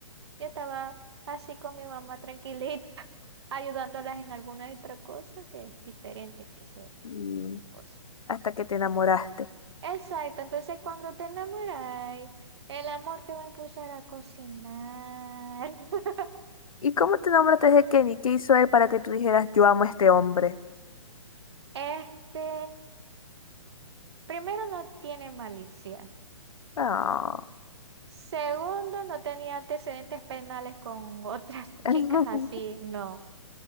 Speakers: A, on the right; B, on the left.
A: Yo estaba así con mi mamá tranquilita, <laughs> ayudándolas en alguna otra cosa que es diferente que ser
B: Y
A: esposa.
B: hasta que te enamoraste.
A: Exacto, entonces cuando te enamoras, el amor te va a impulsar a cocinar. <laughs>
B: ¿Y cómo te enamoraste de Kenny? ¿Qué hizo él para que tú dijeras, yo amo a este hombre?
A: Este, primero no tiene malicia.
B: No.
A: Segundo, no tenía antecedentes penales con otras <laughs>
B: <laughs>
A: chicas así, no.